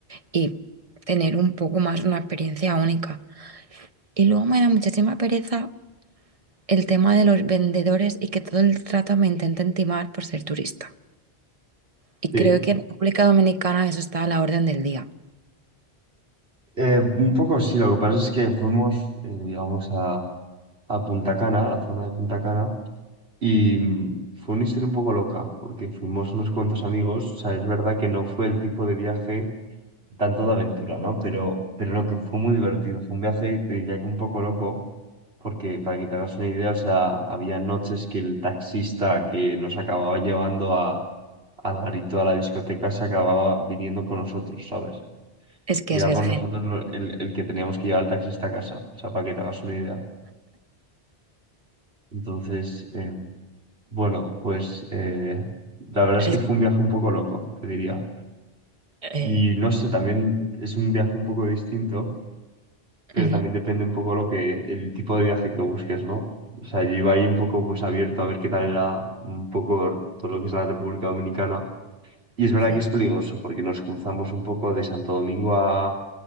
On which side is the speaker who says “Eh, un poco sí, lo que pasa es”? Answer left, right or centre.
Right